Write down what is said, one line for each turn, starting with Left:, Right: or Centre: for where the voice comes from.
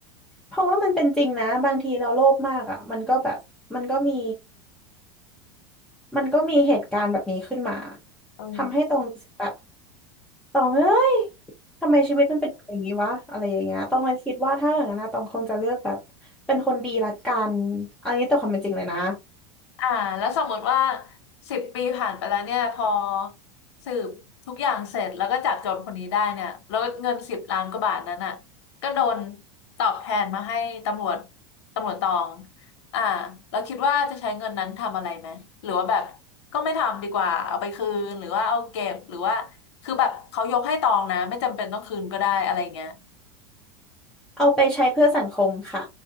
Centre: เพราะว่ามันเป็นจริงนะบางทีเราโลภมากอ่ะมันก็แบบมันก็มีมันก็มีเหตุการณ์แบบนี้ขึ้นมา
Left: เออ
Centre: ทำให้ตรงรู้สึกแบบ ตองเอ้ยทำไมชีวิตมันเป็นอย่างนี้วะอะไรอย่างเงี้ยตองเลยคิดว่าถ้าอย่างนั้นนะตองคงจะเลือกแบบเป็นคนดีละกันเอันนี้ตต่ความเป็นจริงเลยนะ
Left: อ่าแล้วสมมติว่าสิบปีผ่านไปแล้วเนี่ยพอสืบทุกอย่างเสร็จแล้วก็จับโจรคนนี้ได้เนี่ยแล้วเงินสิบล้านกว่าบาทนั้นอ่ะก็โดนตอบแทนมาให้ตำรวจตำรวจตองอ่าเราคิดว่าจะใช้เงินนั้นทำอะไรไหมหรือว่าแบบก็ไม่ทำดีกว่าเอาไปคืนหรือว่าเอาเก็บหรือว่าคือแบบเขายกให้ตองนะไม่จำเป็นต้องคืนก็ได้อะไรเงี้ย
Centre: เอาไปใช้เพื่อสังคมค่ะ